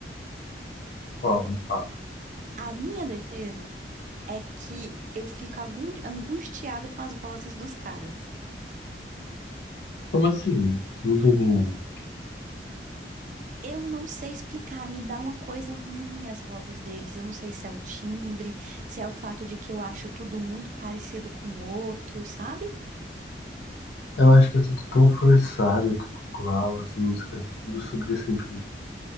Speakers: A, on the left (about 70°); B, on the right (about 45°).
A: Ó, me fala.
B: A minha defesa é que eu fico agun- angustiada com as vozes dos caras.
A: Como assim? Não tô entendendo.
B: Eu não sei explicar, me dá uma coisa ruim as vozes deles. Eu não sei se é o timbre, se é o fato de que eu acho tudo muito parecido com o outro, sabe?
A: Eu acho que é tudo tão forçado, é tudo igual, as músicas, é tudo sobre sempre